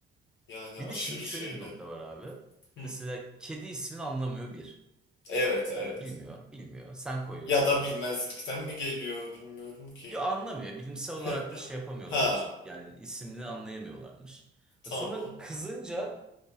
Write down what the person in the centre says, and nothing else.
Bir
de şimdi şöyle
bir nokta var abi.
Mesela kedi ismini anlamıyor bir.
Ee, bilmiyor, bilmiyor. Sen koyuyorsun
ona.
Ya anlamıyor. Bilimsel olarak
da şey yapamıyorlarmış.
Yani ismini anlayamıyorlarmış.
Sonra kızınca